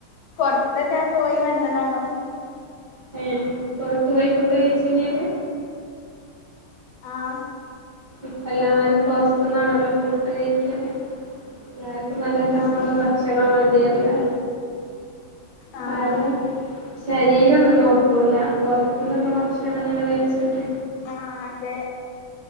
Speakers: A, on the left; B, on the right.
A: പുറെത്തൊക്കെ പോയി വന്നതാണോ
B: ഏഹ് പുറത്തു പോയി ഫുഡ് കഴിച്ചിനെത്
A: ആഹ്
B: ഇപ്പം എല്ലാരും പുറത്തന്നാണല്ലോ ഫുഡ് കഴിക്കല് എല്ലാരും നല്ല രസള്ള
A: ആഹ്
B: ഭക്ഷണം മതിെയല്ലേ
A: ആഹ്
B: ആരും ശരീരം ഒന്നും നോക്കുല പുറത്തുന്നുള്ള ഭക്ഷണം അങ്ങനെ കഴിച്ചിട്ട്
A: ആഹ് അതെ